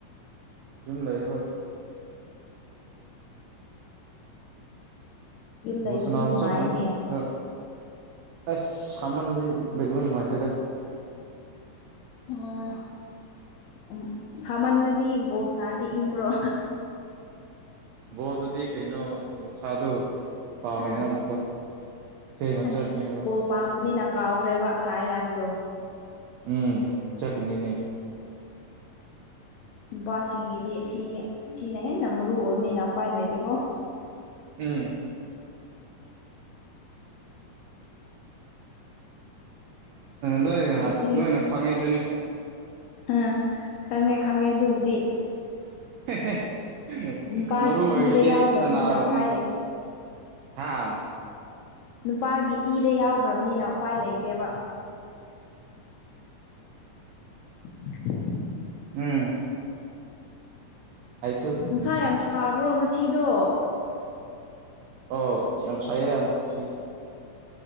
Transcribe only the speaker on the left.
ꯌꯨꯝ
ꯂꯩꯕꯗꯤ
ꯅꯨꯡꯉꯥꯏꯌꯦꯅꯦ
ꯑꯣ ꯁꯥꯃꯟꯂꯗꯤ ꯕꯣꯜ ꯁꯅꯥꯔꯗꯤ ꯏꯪꯕ꯭ꯔꯣ
ꯑꯥ
ꯍꯩꯁ
ꯕꯣꯜ ꯄꯥꯝꯕꯅꯤꯅ ꯀꯥꯎꯈ꯭ꯔꯦꯕ ꯁꯥꯏ ꯍꯥꯏꯕꯗꯣ
ꯅꯨꯄꯥꯁꯤꯡꯒꯤꯗꯤ ꯁꯤ ꯁꯤꯅ ꯍꯦꯟꯅ ꯃꯔꯨ ꯑꯣꯏꯕꯅꯤꯅ ꯎꯄꯥꯏ ꯂꯩꯇꯦꯀꯣ
ꯑꯗꯨꯗꯤ
ꯑꯥ ꯈꯪꯉꯦ ꯈꯪꯉꯦ ꯑꯗꯨꯕꯨꯗꯤ
ꯅꯨꯄꯥꯒꯤ
ꯏꯗ ꯌꯥꯎꯈ꯭ꯔꯕꯅꯤꯅ
ꯎꯄꯥꯏ ꯂꯩꯇꯦ
ꯅꯨꯄꯥꯒꯤ ꯏꯗ ꯌꯥꯎꯈ꯭ꯔꯕꯅꯤꯅ ꯎꯄꯥꯏ ꯂꯩꯇꯦꯕ <unintelligible>
ꯅꯨꯡꯁꯥ ꯌꯥꯝ ꯁꯥꯕ꯭ꯔꯣ ꯉꯁꯤꯗꯣ